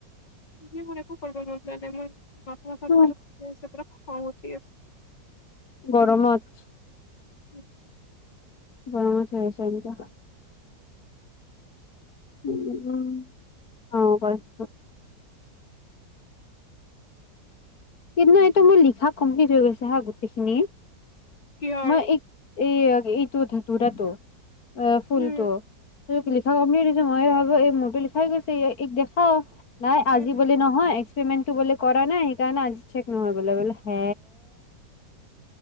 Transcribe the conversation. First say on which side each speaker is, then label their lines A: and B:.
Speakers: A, on the left; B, on the left.
A: যি ম <unintelligible> একো কৰিব মন যোৱা নাই মোৰ মাথা চাথা
B: উম
A: ঘূৰাই গৈছে <unintelligible> অ ঠিক আছে
B: গৰমত
A: এক <inaudible>
B: ব চ চক <unintelligible> উ উম অ কৈছ কিন্তু এইটো মোৰ লিখা কমপ্লিট হৈ গৈছে হা গোটেইখিনি
A: কিহৰ
B: মই এক এই এইটো ধতুৰাটো <unintelligible> এ ফুলটো
A: উম
B: তুমি
A: উম
B: লিখা কমপ্লিট হৈছে নে মইয়ে ভাবো এই মূৰটো লিখাই গৈছে ই ইয়াকটো দেখাও নাই
A: উম
B: আজি বুলি নহয় পেমেণ্টটো বলে কৰা নাই এই কাৰণে আজি চেক নহয় বোলে বোলে হে